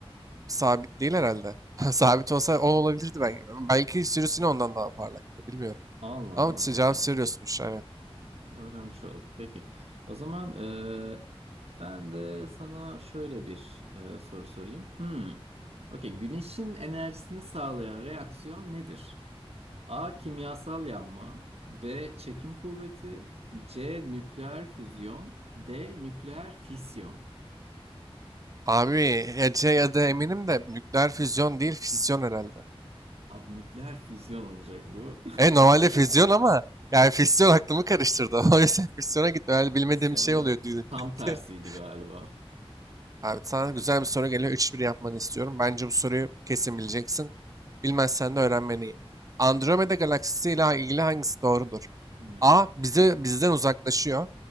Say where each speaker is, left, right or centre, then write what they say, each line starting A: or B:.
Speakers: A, on the right; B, on the right.
A: Sabit değil herhalde. <laughs> Sabit olsa o olabilirdi belki. Belki sürüsünü ondan daha parlaktı. Bilmiyorum.
B: Allah
A: Ama
B: Allah.
A: işte cevap
B: Okey.
A: sürüyorsunmuş. Evet.
B: Öğrenmiş olduk. Peki. O zaman eee, ben de sana şöyle bir eee, soru sorayım. Hmm. Okey. Güneşin enerjisini sağlayan reaksiyon nedir? A. Kimyasal yanma. B. Çekim kuvveti. C. Nükleer füzyon. D. Nükleer fisyon.
A: Abi Ece ya da eminim de nükleer füzyon değil fisyon herhalde.
B: Abi nükleer füzyon olacak bu.
A: E normalde
B: <laughs>
A: füzyon ama yani fisyon aklımı karıştırdı. <laughs> O yüzden fisyona gittim. Herhalde bilmediğim
B: Fisyon
A: bir şey
B: da
A: oluyor düğünde.
B: tam tersiydi
A: <laughs>
B: galiba.
A: Abi sana güzel bir soru geliyor. üç bir yapmanı istiyorum. Bence bu soruyu kesin bileceksin. Bilmezsen de öğrenmen iyi. Andromeda galaksisi ile ilgili hangisi doğrudur?
B: Hı.
A: A. Bizi, bizden uzaklaşıyor.